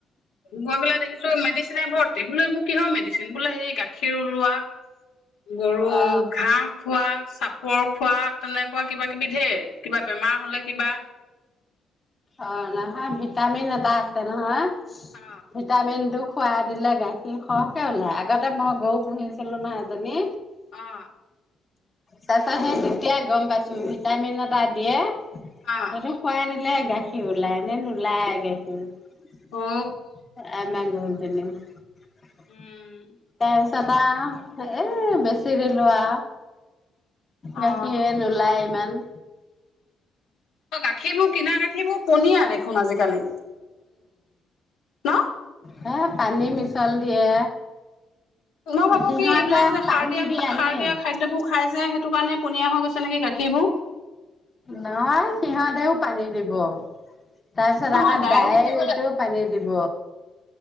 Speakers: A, on the left; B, on the left.
A: গৈ পেলাই দেখিছোঁ মেডিচিনে ভৰ্তি। বোলো, এইবোৰ কিহৰ মেডিচিন? বোলে, সেই গাখীৰ ওলোৱা গৰু,
B: অ
A: ঘাঁহ খোৱা চাপ পৰ্ক খোৱা, তেনেকুৱা কিবাকিবি ধেৰ কিবা বেমাৰ হ'লে কিবা
B: অ', নহয়, ভিটামিন এটা আছে নহয়
A: অ
B: ভিটামিনটো খুৱাই দিলে গাখীৰ সৰহকে ওলাই আগতে মই গৰু পুহিছিলো নহয় এজনী।
A: অ'।
B: তাৰ পিছত সেই তেতিয়াই গম পাইছো ভিটামিন এটা দিয়ে।
A: অ
B: এনে খোৱাই নি <unintelligible> সি ওলাই নে নোলায় <unintelligible>
A: অ
B: <inaudible> <unintelligible>
A: উম
B: তাৰ পিছত আ এ, বেছি দিলোৱা।
A: অ
B: গাখীৰে নোলায় ইমান।
A: অ', গাখীৰবোৰ কিনা গাখীৰবোৰ পনীয়া দেখোন আজিকালি ন'?
B: হে, পানী মিছল দিয়ে।
A: মই ভাবো
B: সিহঁতে
A: কি এইবিলাক যে
B: পানী
A: সাৰ দিয়া
B: দি
A: সাৰ
B: আনে।
A: দিয়া খাদ্যবোৰ খাই। যে সেইটো কাৰণে পনীয়া হৈ গৈছে নেকি গাখীৰবোৰ।
B: নহয় সিহঁতেও পানী দিব। তাৰপিছত
A: নহয়
B: আকৌ
A: ডায়েৰীত
B: ডায়েৰীটো
A: দিবলৈ
B: পানী দিব।